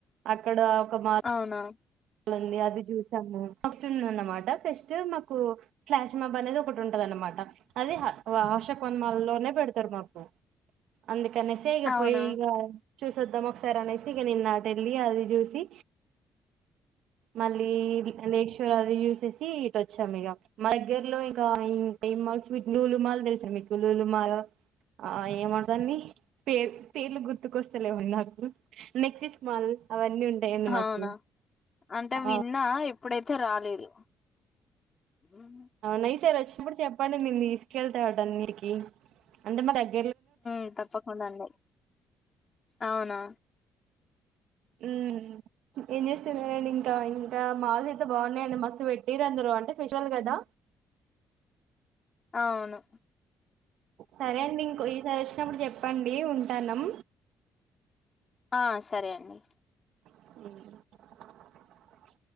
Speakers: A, on the right; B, on the left.
A: అక్కడ ఒక మాల్
B: అవునా
A: ఉంది అది చూసాము ఫస్ట్ ఉందన్నమాట. ఫస్ట్ మాకు ఫ్లాష్ అనేది ఒకటి టున్టదన్నమాట అది అశోక్ వన్ మాల్లోనే పెడ్తరు మాకు అందు కనేసే ఇగ
B: అవునా
A: పోయి ఇగ చూసొద్దాం ఒకసారి అనేసి ఇగ నిన్న అటెల్లి అది జూసి మళ్ళీ లేక్షోర్ అది జూసేసి ఇటోచ్చాం ఇగ మా దగ్గరలో ఇక ఇం ఏల్ మాల్స్ లూలు మాల్ తెలుసా మీకు లూలు మాల్ ఆ ఏమంటరు దాన్ని పేర్ పేర్లు గుర్తుకొస్తలేవ్ నాకు నెక్సస్ మాల్ అవన్నీ ఉంటాయండి మాకు
B: అవునా అంటే
A: ఆ
B: విన్నా ఎప్పుడైతే రాలేదు. మ్
A: నైసర్ వచ్చినప్పుడు చెప్పండి నేను తీసుకెళ్తా అటన్నిటికీ అంటే మా దగ్గ
B: మ్ తప్పకుండా అండి అవునా
A: ఉమ్ ఏం చేస్తున్నారండి ఇంకా ఇంకా మాల్స్ అయితే బాగున్నాయండి మస్త్ పెట్టింరందరు అంటే ఫెస్టివల్ కదా
B: అవును
A: సరే అండి ఇంకో ఈసారి వచ్చినప్పుడు చెప్పండి ఉంటన్నం
B: ఆ సరే అండి.
A: ఉ